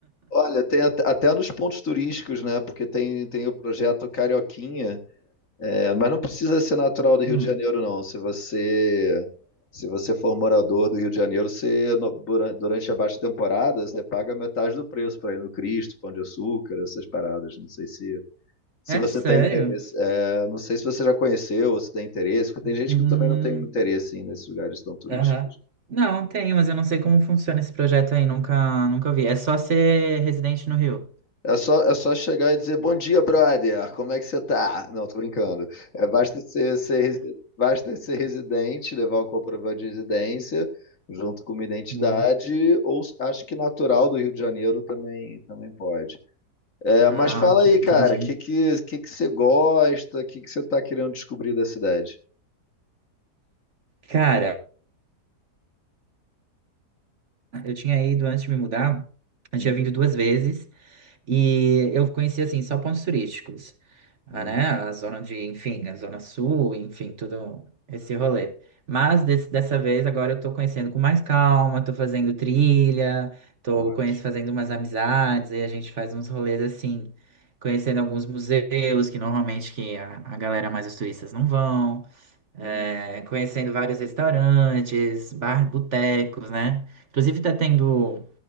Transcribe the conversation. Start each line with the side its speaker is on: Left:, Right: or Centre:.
Left: Olha, tem até, até nos pontos turísticos, né? Porque tem, tem o projeto Carioquinha. É, mas não precisa ser natural do Rio
Right: Hum,
Left: de Janeiro, não. Se você se você for morador do Rio de Janeiro, você no- dura- durante a baixa temporada, você paga metade do preço para ir no Cristo, Pão de Açúcar, essas paradas. Não sei se se
Right: é
Left: você
Right: sério?
Left: tem interesse. É, não sei se você já conheceu, se tem interesse, porque
Right: Hum,
Left: tem gente que também não tem interesse em ir nesses lugares tão turísticos.
Right: aham. Não, tem, mas eu não sei como funciona esse projeto aí, nunca, nunca vi. É só ser residente no Rio.
Left: É só, é só chegar e dizer bom dia, brother. Como é que você tá? Não, tô brincando. É, basta ser, ser resi- basta ser residente, levar o comprovante de residência junto com uma identidade,
Right: Boa.
Left: ou acho que natural do Rio de Janeiro também, também pode. É,
Right: Ah,
Left: mas fala
Right: ok,
Left: aí,
Right: entendi.
Left: cara, o que, que, que, que você gosta? O que, que você tá querendo descobrir da cidade?
Right: Cara, eu tinha ido antes de me mudar, eu
Left: Uhum,
Right: tinha vindo duas vezes e eu conhecia assim só pontos turísticos, ah,
Left: uhum,
Right: né? A zona de, enfim, a zona sul, enfim, tudo esse rolê. Mas desse- dessa vez agora eu tô conhecendo com mais calma, tô fazendo trilha, tô
Left: ótimo.
Right: conhecendo, fazendo umas amizades, aí a gente faz uns rolês assim, conhecendo alguns museus que normalmente que a, a galera mais os turistas não vão. é,
Left: Uhum.
Right: conhecendo vários restaurantes, bar, botecos, né? Inclusive tá tendo,